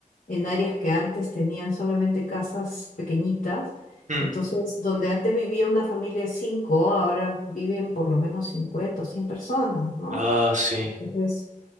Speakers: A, on the left (about 65°); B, on the right (about 55°).
A: en áreas que antes tenían solamente casas pequeñitas.
B: mm.
A: Entonces, donde antes vivía una familia de cinco, ahora viven por lo menos 50 o 100 personas, ¿no?
B: Ah, sí.
A: Entonces,